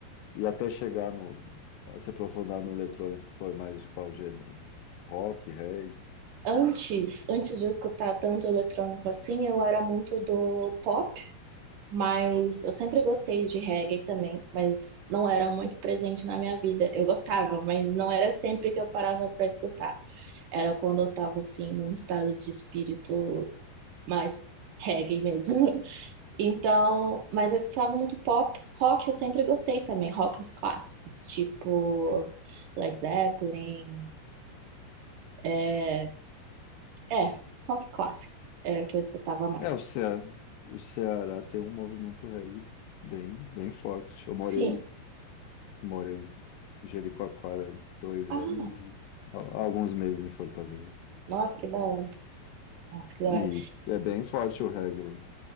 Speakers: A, on the left; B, on the right.
A: E até chegar no, a se aprofundar no eletrônico, tu foi mais de qual gênero? Rock, reggae?
B: Antes, antes de eu escutar tanto eletrônico assim, eu era muito do pop, mas eu sempre gostei de reggae também, mas não era muito presente na minha vida. Eu gostava, mas não era sempre que eu parava para escutar. Era quando eu tava assim num estado de espírito mais reggae mesmo. <laughs> Então, mas eu escutava muito pop, rock eu sempre gostei também, rock os clássicos, tipo
A: Hum.
B: Led Zeppelin, é, é, rock clássico era o que eu escutava mais.
A: É, o Ceará, o Ceará tem um movimento reggae bem, bem forte. Eu morei
B: Sim.
A: Morei em Jericoacoara dois
B: Ah,
A: anos e a- alguns meses em Fortaleza.
B: nossa, que da hora. Nossa, que da
A: E
B: hora.
A: é bem forte o reggae lá.